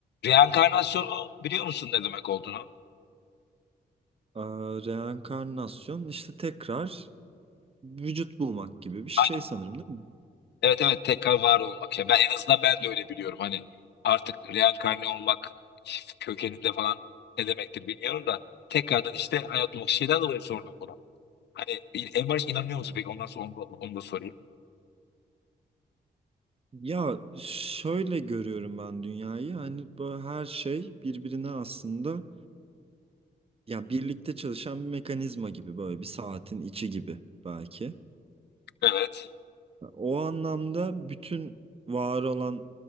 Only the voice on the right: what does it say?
Ee, reenkarnasyon işte tekrar vücut bulmak gibi bir şey
sanırım değil mi?
Ya şöyle görüyorum ben dünyayı hani böyle her şey birbirine aslında ya birlikte çalışan bir mekanizma gibi böyle bir saatin içi gibi belki.
O anlamda bütün var olan